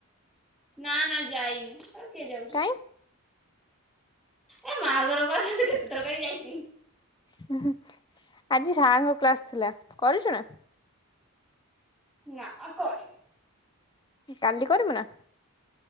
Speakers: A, in the centre; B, on the left.
A: ନା ନା ଯାଇନି ଆଉ କିଏ ଯାଉଚି।
B: କାଇଁ
A: ଏ ମାଆଘର ଵା ତତେ କେତେଥର କହିବି ଯାଇଥିଲି।
B: ହେ ହେ ହୁ ଆଜି ସାରଙ୍କ କ୍ଲାସ ଥିଲା କରିଚୁନା?
A: ନାଁ କରିନି।
B: କାଲି କରିବୁ ନା?